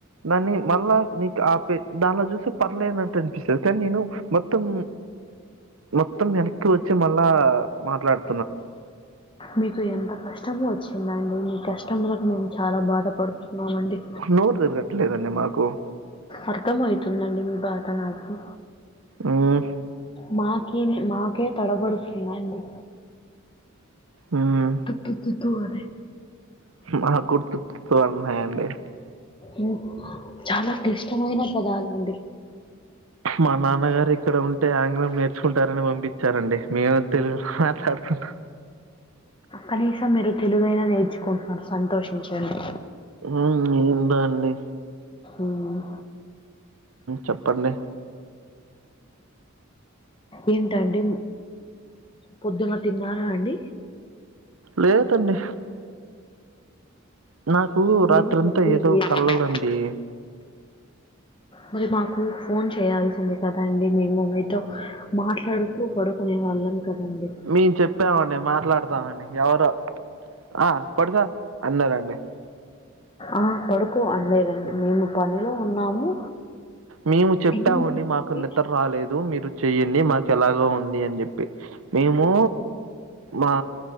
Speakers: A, on the right; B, on the left.
A: దాన్ని మళ్ళా నీకు ఆపే దానిలో చూస్తే పర్లే అన్నట్టు అనిపిస్తది కానీ నేను మొత్తం మొత్తం ఎనిక్కి వచ్చి మళ్ళా మాట్లాడు
B: మీకు ఎంత కష్టము వచ్చిందండి మీ కష్టములకు మేము చాలా బాధపడుతున్నామండి
A: నోరు తిరగట్లేదండి మాకు
B: అర్థం అయితుందండి మీ బాధ నాకు
A: ఉమ్
B: మాకేమీ మాకే తడపడుతున్నా అండి
A: ఉమ్
B: తు తు తూ అని
A: మాకు తు తు తు అన్నాయండి
B: ఉ చాలా క్లిష్టమైన పదాలండి
A: మా నాన్నగారు ఇక్కడ ఉంటే ఆంగ్లం నేర్చుకుంటారని పంపి అండి మేము తెలుగు మాట్లాడుతున్నా
B: కనీసం మీరు తెలుగైనా నేర్చుకుంటున్నారు సంతోషించండి
A: ఉమ్ ఏందో అండి
B: ఉమ్
A: చెప్పండి
B: ఏంటండి పొద్దున తిన్నారా అండి
A: లేదండి నాకు రాత్రంతా
B: ఏమిటండి
A: ఏదో
B: ఏమైంది?
A: కళలండి
B: మరి మాకు ఫోన్ చేయాల్సింది కదా అండి మే మమీతో మాట్లాడుతూ పడుకునే వాళ్ళం కదండి
A: మేం చెప్పామండి మాట్లాడతామని ఎవరో ఆ పడుకో అన్నారండి
B: ఆ పడుకో అన్లేదండి మేము పనిలో ఉన్నాము
A: మేము చెప్పామండి
B: ఏం చెప్పండి.
A: మాకు నిద్ర రాలేదు మీరు చెయ్యడి మాకు ఎలాగో ఉన్ ఉంది అని చెప్పి మేము మా